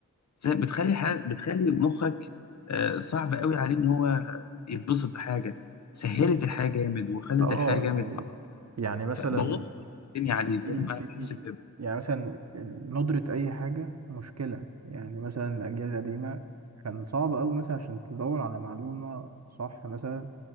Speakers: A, on the left (about 55°); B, on the right (about 50°).
A: ز- بتخلي حاجة... بتخلي مخك آه، صعب قوي عليه ان هو يتبسط بحاجه سهلت الحياه جامد وخلت
B: اه
A: الحياه جامد
B: يعني يعني مثلا
A: بوظت الدنيا عليه فاهم
B: في
A: انا
B: في
A: بحس كده
B: يعني مثلا ندرة أي حاجة مشكلة يعني مثلا الأجيال القديمة كان صعب أوي مثلا عشان تدور على معلومة صح مثلا